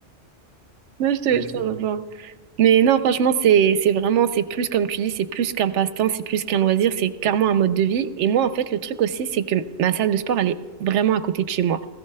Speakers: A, on the right; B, on the left.
A: Non, je te,
B: Oui,
A: je
B: c'est
A: te rejoins.
B: vrai.
A: Mais non, franchement, c'est c'est vraiment, c'est plus, comme tu dis, c'est plus qu'un passe-temps, c'est plus qu'un loisir, c'est carrément un mode de vie. Et moi, en fait, le truc aussi, c'est que ma salle de sport, elle est vraiment à côté de chez moi.